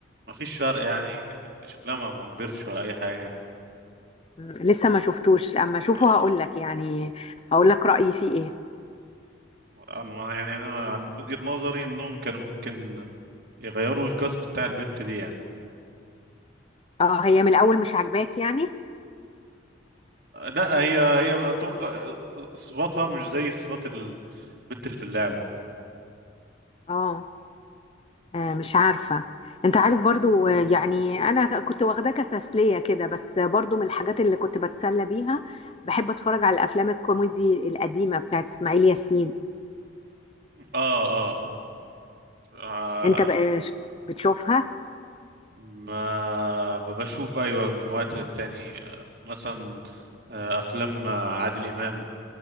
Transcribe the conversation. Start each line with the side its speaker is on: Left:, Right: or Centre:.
Right: ما فيش فرق يعني شكلها ما ما كبرش ولا اي حاجه
Left: مم، لسه ما شفتوش اما اشوفه
Right: آه،
Left: هقول لك يعني هقول لك رأيي فيه ايه
Right: آه، أنا- يعني انا عن وجهة نظري انهم كانوا ممكن يغيروا الكاست بتاع البنت دي يعني
Left: اه هي من الأول مش عاجباك يعني
Right: لا هي هي اتوقع صفاتها مش زي صفات البت اللي في اللعبه
Left: اه آه، مش عارفة انت عارف برضو آه، يعني انا كنت واخداه كتسلية كده بس برضو من الحاجات اللي كنت بتسلى بيها بحب اتفرج على الافلام الكوميدي القديمة بتاعت اسماعيل ياسين
Right: اه اه آه،
Left: انت بقى ش- بتشوفها
Right: ما ب- بشوف ايوه من وقت للتاني آه، مثلا آه، افلام آه، عادل امام